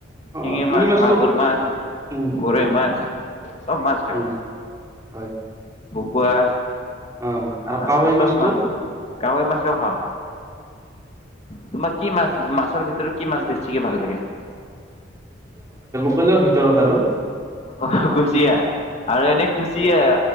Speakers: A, on the right; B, on the left.
A: অ',
B: শিঙি মাছ
A: মাছটো
B: মাগুৰ মাছ
A: উম,
B: গৰৈ মাছ সব মাছ খাাব
A: উম, হয়।
B: পুৱাস
A: অ', আৰু
B: আহ
A: কাৱৈ
B: চব
A: মাছটো
B: মাছ কাৱৈ মাছেও খাওঁ তোমাৰ কি মাছ মাছৰ ভিতৰত কি মাছ বেছি বেছি কে ভাল লাগে
A: সকলো ভিতৰত আৰু
B: অ কুচিয়া আৰু এনে কুচিয়া